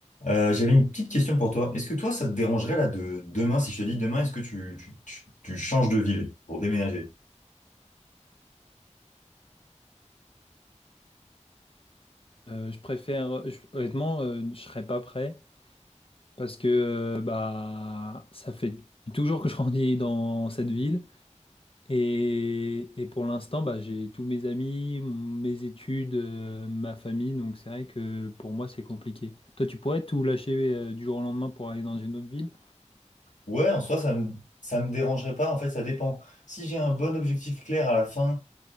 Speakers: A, on the left; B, on the left.
A: Euh, j'avais une petite question pour toi. Est-ce que toi, ça te dérangerait là de demain, si je te dis demain, est-ce que tu, tu, tu, tu changes de ville pour déménager?
B: Euh, je préfère, je- honnêtement, euh, je serais pas prêt parce que euh, bah ça fait toujours que je grandis dans cette ville et, et pour l'instant bah, j'ai tous mes amis, m- mes études, euh, ma famille donc c'est vrai que pour moi c'est compliqué. Toi tu pourrais tout lâcher euh, du jour au lendemain pour aller dans une autre ville?
A: Ouais, en soi, ça me, ça me dérangerait pas. En fait, ça dépend. Si j'ai un bon objectif clair à la fin